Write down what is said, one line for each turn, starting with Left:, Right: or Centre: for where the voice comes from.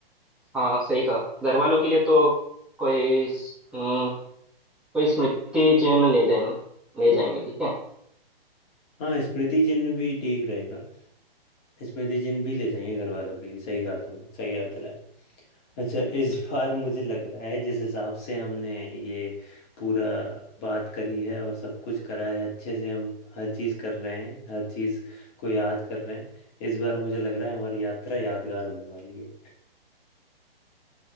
Centre: हाँ सही कहा घर वालों के लिए तो कोई हम्म, कोई स्मृति चिन्ह ले जाएंगे ले जाएंगे ठीक है
Left: हाँ स्मृति चिन्ह भी ठीक रहेगा स्मृति चिन्ह भी ले जाएंगे घर वालों के लिए सही कहा तूने सही याद दिलाया अच्छा इस बार मुझे लग रहा है जिस हिसाब से हमने ये पूरा बात करी है और सब कुछ करा है अच्छे से हम हर चीज़ कर रहे हैं हर चीज़ को याद कर रहे हैं इस बार मुझे लग रहा है हमारी यात्रा यादगार होने वाली है